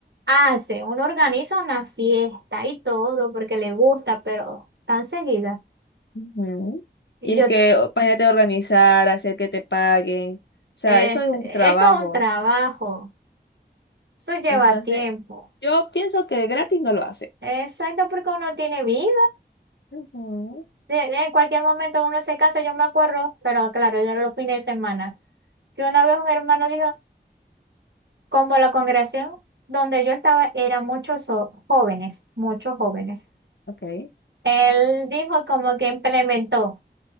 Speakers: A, on the right (about 80°); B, on the left (about 80°).
A: hace, uno organiza una fiesta y todo porque le gusta, pero tan seguida.
B: Ujú.
A: Yo,
B: Y es que o- imagínate organizar, hacer que te paguen. O sea,
A: es,
B: eso es un
A: eso
B: trabajo.
A: es un trabajo, eso lleva
B: Entonces,
A: tiempo.
B: yo pienso que gratis no lo hace.
A: Exacto, porque uno tiene vida.
B: Ujú.
A: De- de- En cualquier momento uno se casa, yo me acuerdo, pero claro, ya era los fines de semana. Que una vez un hermano dijo, como la congregación donde yo estaba era muchos jo- jóvenes, muchos jóvenes.
B: Ok.
A: Él dijo como que implementó.